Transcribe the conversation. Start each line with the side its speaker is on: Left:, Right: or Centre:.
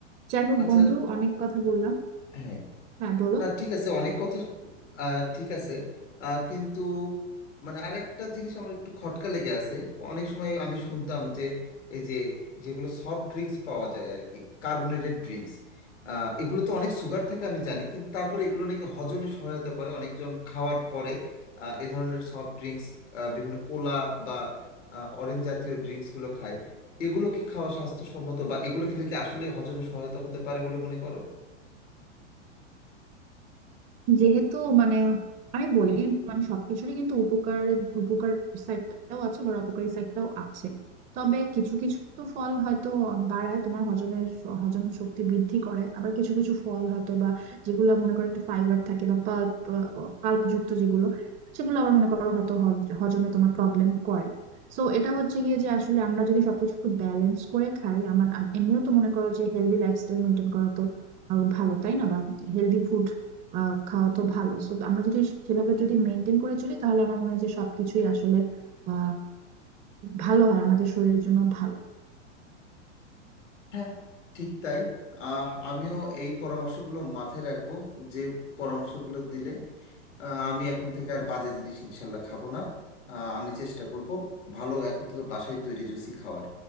Right: যাই হোক
Left: আচ্ছা
Right: বন্ধু অনেক কথা বললাম
Left: হ্যাঁ
Right: হ্যাঁ বলো
Left: না ঠিক আছে অনেক কথা আহ, ঠিক আছে আহ, কিন্তু মানে আর একটা জিনিস আমার একটু খটকা লেগে আছে অনেক সময় আমি শুনতাম যে এই যে যেগুলো সফট ড্রিঙ্কস পাওয়া যায় আর কি কার্বোনেটেড ড্রিঙ্কস এগুলো তো অনেক সুগার থাকে আমি জানি কিন্তু তারপরে এগুলো নাকি হজমে সহায়তা করে অনেকজন খাওয়ার পরে আহ, এ ধরনের সফট ড্রিঙ্কস বিভিন্ন কোলা বা অরেঞ্জ জাতীয় ড্রিঙ্কসগুলো খায় এগুলো কি খাওয়া স্বাস্থ্যসম্মত বা এগুলো খেলে কি আসলে হজমে সহায়তা হতে পারে বলে মনে করো
Right: যেহেতু মানে আমি বলি মানে সবকিছুরই কিন্তু উপকার উপকার সাইডটাও আছে বা অপকারী সাইডটাও আছে তবে কিছু কিছু ফল হয়তো বাড়ায় তোমার হজমের স- হজম শক্তি বৃদ্ধি করে আবার কিছু কিছু ফল হয়তো বা যেগুলো মনে করো একটু ফাইবার থাকে বা পাল্প পাল্প যুক্ত যেগুলো সেগুলো আবার মনে করো হয়তো হজ- হজমে তোমার প্রবলেম করে সো এটা হচ্ছে গিয়ে যে আসলে আমরা যদি সবকিছু একটু ব্যালেন্স করে খাই আমার আম- এমনিও তো মনে করো যে হেলদি লাইফস্টাইল মেনটেন করা তো আরো ভালো তাই না বা হেলদি ফুড আহ খাওয়া তো ভালো তো আমরা যদি সেভাবে যদি মেনটেন করে চলি তাহলে আমার মনে হয় যে সবকিছুই আসলে আহ ভালো হয় আমাদের শরীরের জন্য ভালো
Left: হ্যাঁ ঠিক তাই আহ, আমিও এই পরামর্শগুলো মাথায় রাখবো যে পরামর্শগুলো দিলে আহ, আমি এখন থেকে আর বাজে জিনিস ইনশাল্লাহ খাবো না আহ, আমি চেষ্টা করব ভালো এখন থেকে বাসায় তৈরি জুসি খাওয়ার